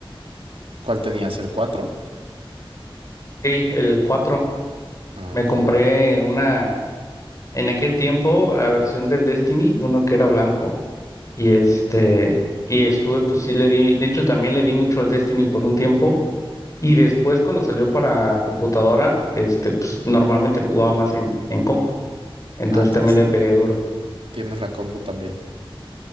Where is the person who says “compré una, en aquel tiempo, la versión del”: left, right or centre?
Left